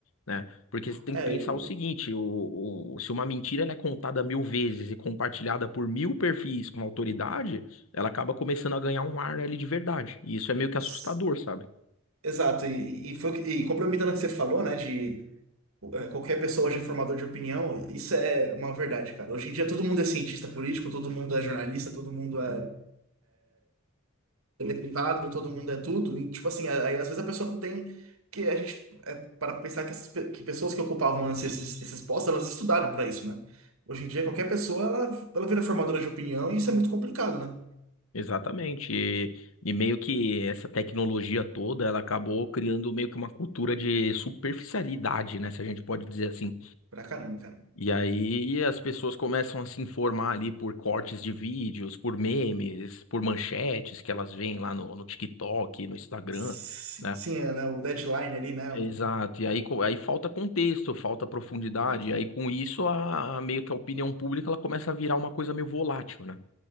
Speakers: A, on the left; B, on the right.
A: né? Porque você tem
B: É,
A: que pensar
B: eu-
A: o seguinte: o, o- se uma mentira ela é contada mil vezes e compartilhada por mil perfis com autoridade, ela acaba começando a ganhar um ar ali de verdade. E isso é meio que assustador,
B: s-
A: sabe?
B: Exato, e, e, foi, o que- e complementando o que você falou, né, de é, Qualquer pessoa hoje é formador de opinião, isso é uma verdade, cara. Hoje em dia todo mundo é cientista político, todo mundo é jornalista, todo mundo é deputado, todo mundo é tudo. E, tipo assim, aí às vezes a pessoa não tem. Que a gente, para pensar que, essas, pe- que pessoas que ocupavam antes esses, esses postos, elas estudaram para isso, né? Hoje em dia qualquer pessoa, ela, ela vira formadora de opinião e isso é muito complicado, né?
A: Exatamente. E, e meio que essa tecnologia toda, ela acabou criando meio que uma cultura de superficialidade, né? Se a gente pode dizer assim.
B: Pra caramba, cara.
A: E aí as pessoas começam a se informar ali por cortes de vídeos, por memes, por manchetes que elas veem lá no, no TikTok, no Instagram.
B: Sim,
A: né?
B: sim, é, né? O deadline ali, né?
A: Exato, e aí, co- aí falta contexto, falta profundidade,
B: Pronto,
A: e aí com isso a, a meio que a opinião pública ela começa a virar uma coisa meio volátil, né?